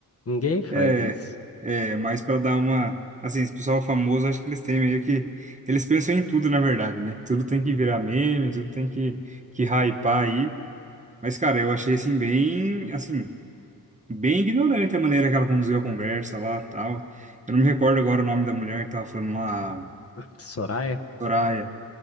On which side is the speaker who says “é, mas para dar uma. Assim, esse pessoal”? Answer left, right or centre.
Right